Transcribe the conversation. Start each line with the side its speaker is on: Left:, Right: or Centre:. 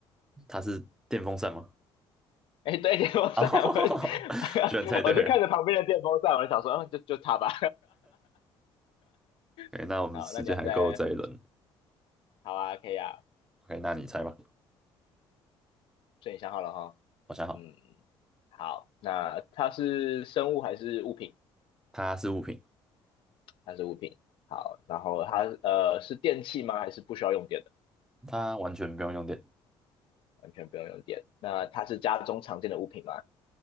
Centre: 它是电风扇吗？
Left: 诶，对，电风扇，
Centre: 啊、<laughs>
Left: 我 <laughs>
Centre: 居然猜对了。
Left: 我就看着旁边的电风扇，我就想说，嗯，就就它吧。
Centre: OK，
Left: <laughs>
Centre: 那我们时间还够这一轮。
Left: 好，那你要再，好啊，可以啊，
Centre: OK，那你猜吧。
Left: 所以你想好了哈。
Centre: 我想好，
Left: 嗯，好，那它是生物还是物品？
Centre: 它是物品，
Left: 它是物品。好，然后它呃是电器吗？还是不需要用电的？
Centre: 它完全不用用电。
Left: 完全不用用电。那它是家中常见的物品吗？